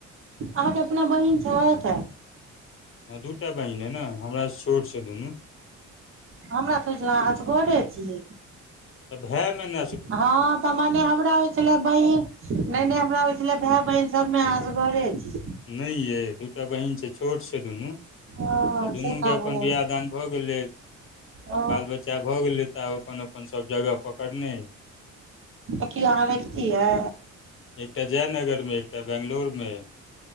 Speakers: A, on the right; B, on the left.
A: अहाँके अपना बहीन छैथ?
B: हँ दूटा बहिन अइ न हमरा स छोट छैय दुनू।
A: हमरा तऽ होइ छेला अहाँ असगरे छी।
B: तऽ भै न मै
A: हँ तऽ मने हमरा होइ छलै बहि नैय-नैय हमरा होई छेलै भै बहिन सबमें अहाँ असगरे छी।
B: नैय यै दूटा बहीनन छैय छोट छै दुनू। तऽ
A: हँ
B: दुनू
A: से कहाँ
B: के अपन
A: बुझल
B: बियाह
A: छै
B: दान भऽ गेलै
A: ओ
B: बाल-बच्चा भऽ गेलै तऽ आब अपन-अपन सभ जगह पकड़ने अइ।
A: तऽ की अहाँ रैखतीयै?
B: एकटा जयनगर में एकटा बेंगलोर में।